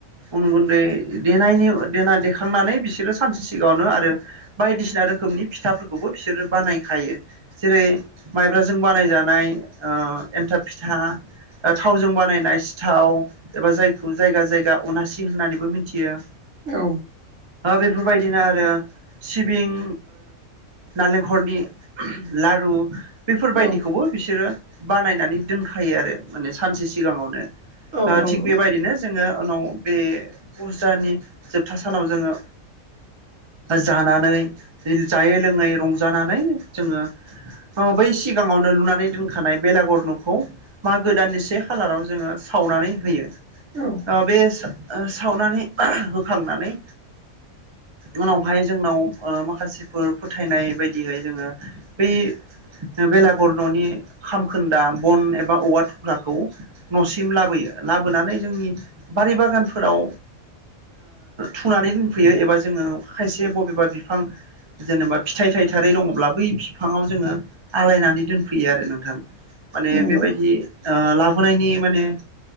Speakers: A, on the right; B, on the right.
A: अन गुन्दै देनायनि देना देखांनानै बिसोरो सानसे सिगाङावनो आरो बायदिसिना रोखोमनि फिथाफोरखौबो बिसोरो बानायखायो जेरै माइब्राजों बानायजानाय एन्थाब फिथा थावजों बानायनाय सिथाव एबा जायखौ जायगा जाय जाय दा अनासि होननानैबो मिथियो
B: औ
A: बेफोरबायदिनो आरो सिबिं नालेंखरनि लारु बेफोरबायदिखौबो
B: औ
A: बिसोरो बानायनानै दोनखायो आरो माने सानसे सिगाङावनो
B: औ नंगौ
A: थिग बेबायदिनो जोङो उनाव बे फुजानि जोबथा सानाव जोंङो जानानै जायै लोङै रंजानानै जोङो बै सिगाङावनो लुनानै दोनखानाय बेलागुर नखौ मागो दाननि से खालाराव जोङो सावनानै होयो
B: औ
A: बे सावनानै होखांनानै उनावहाय जोंनाव माखासेफोर फोथायनाय बायदिहाय जोङो बै बेलागुर न'नि खामखोन्दा बन एबा औवा थुख्राखौ न'सिम लाबोयो लाबोनानै जोंनि बारि बागानफोराव थुनानै दोनफैयो एबा जोङो खायसेया बबेबा बिफां जेनेबा फिथाइ थाइथारै दङब्ला बै बिफाङाव जोङो आलायनानै दोनफैयो आरो नोंथां माने
B: नंगौ
A: बेबायदि ओ लाबोनाय नि माने